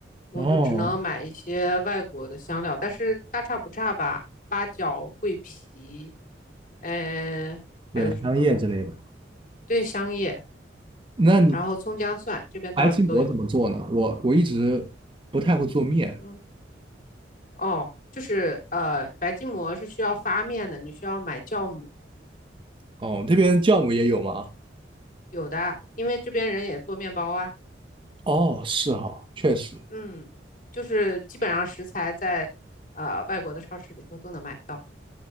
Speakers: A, on the left; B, on the right.
A: 我就只能买一些外国的香料，
B: 哦，
A: 但是大差不差吧，八角、桂皮，嗯、
B: 对，
A: 还有什么？
B: 香叶之类的。
A: 对，香叶，
B: 那你
A: 然后葱姜蒜，这边倒是都有。
B: 白吉馍怎么做呢？我我一直不太会做面
A: 嗯。哦，就是呃，白吉馍是需要发面的，你需要买酵母，
B: 哦，这边酵母也有吗？
A: 有的，因为这边人也做面包啊。
B: 哦，是哈，确实
A: 嗯，就是基本上食材在呃外国的超市里头都能买到。